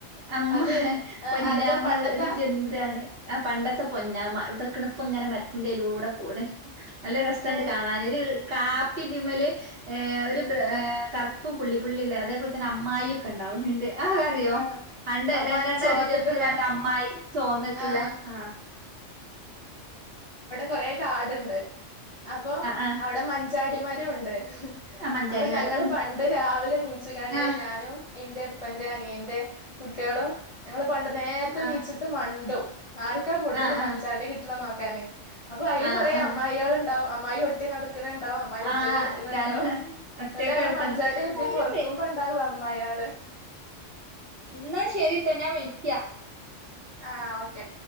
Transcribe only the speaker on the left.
അത്
ആരതാ പണ്ടത്താ
ഏ
ആഹ്
അമ്മായി
ചോത്തിട്ടുള്ള
ആഹ്
കുറേ കാട്ണ്ട് അപ്പോ
അവിടെ മൻച ഞ്ചാടിമരൂണ്ട് ഹ്
അപ്പൊ ഞങ്ങള്
പണ്ട് രാവിലെ നീച്ങ്കാണ്ട്
ഞാനും ഇൻ്റെപ്പൻ ഇന്റെ അനിയന്റെ കുട്ട്യോളും ഞങ്ങള് പണ്ട് നേരത്തെ
നീച്ചിട്ട് മണ്ടും ആർക്കാ കൂടുതല്
മഞ്ചാടി
കിട്ടണന്ന് <unintelligible> കണ് അപ്പൊ അയില്
കൊറെേ
അമ്മായേള്ണ്ടാവും അം മയോട് നടക്കണുണ്ടാവും അമ്മായി
ഒറ്റക്ക് നടക്കണുണ്ടാവും
എന്നിട്ട് ഞങ്ങള്
മഞ്ചാടി ഇരുതി
പൊറക്കുമ്പോണ്ടാവും അമ്മായേള്.
ആഹ് ഓക്കെ